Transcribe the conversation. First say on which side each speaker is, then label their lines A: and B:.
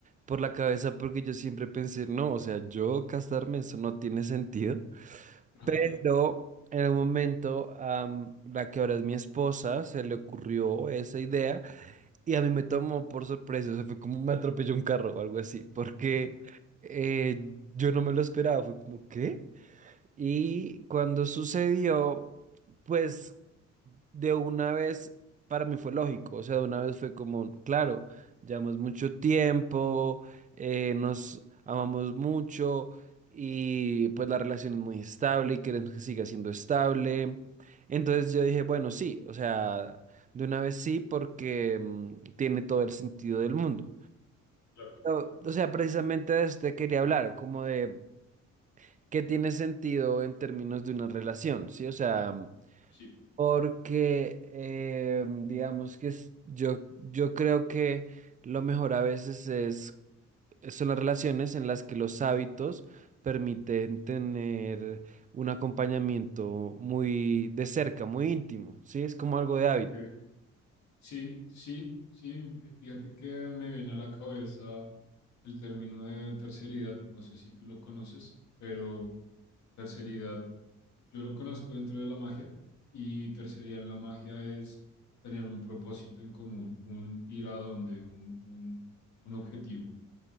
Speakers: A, on the right; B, on the left.
A: por la cabeza porque yo siempre pensé, no, o sea, yo casarme, eso no tiene sentido.
B: Ajá,
A: Pero en un momento, a la que ahora es mi esposa, se le ocurrió esa idea. Y a mí me tomó por sorpresa, o sea, fue como me atropelló un carro o algo así, porque
B: <laughs>
A: eh, yo no me lo esperaba, fue como, ¿qué? Y cuando sucedió, pues de una vez para mí fue lógico, o sea, de una vez fue como, claro, llevamos mucho tiempo, eh, nos amamos mucho y pues la relación es muy estable y queremos que siga siendo estable. Entonces yo dije, bueno, sí, o sea, de una vez sí porque mm, tiene todo el sentido del mundo.
B: claro,
A: O o sea, precisamente de esto te quería hablar, como de que tiene sentido en términos de una relación, ¿sí? O sea,
B: sí,
A: porque eh, digamos que es- yo, yo creo que lo mejor a veces es, son las relaciones en las que los hábitos permiten tener un acompañamiento muy de cerca, muy íntimo, ¿sí? Es como algo de hábito.
B: ok. Sí, sí, sí, fíjate que me viene a la cabeza el término de terceridad, no sé si tú lo conoces, pero terceridad, yo lo conozco dentro de la magia y terceridad en la magia es tener un propósito en común, un ir a donde, un, un, un objetivo.